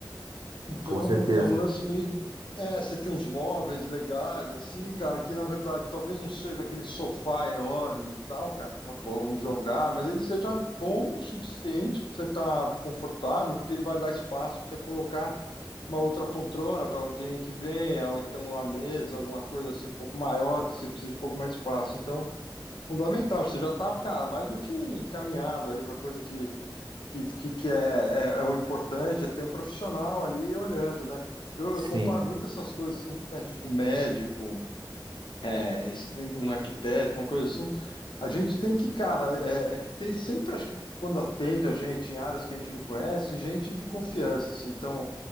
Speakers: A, on the left; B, on the right.
A: Então
B: Com certeza.
A: é um lance meio. É, você tem uns móveis legais, assim, cara, que na verdade talvez não seja aquele sofá enorme e tal, cara, que você fala, pô, vou me jogar, mas ele seja bom o suficiente pra você estar confortável, porque ele vai dar espaço pra você colocar uma outra poltrona para alguém que venha, ou então uma mesa, alguma coisa assim um pouco maior, que você precisa de um pouco mais de espaço. Então, fundamental, você já tá, cara, mais do que encaminhado aí para coisa que que, que, que é, é, é o importante, é ter um profissional ali olhando, né? Eu,
B: Sim.
A: eu comparo muito essas coisas assim, né? Tipo médico, é, esse- um arquiteto, uma coisa assim. A gente tem que, cara, é, é ter sempre, acho que quando atende a gente em áreas que a gente não conhece, gente de confiança, assim. Então,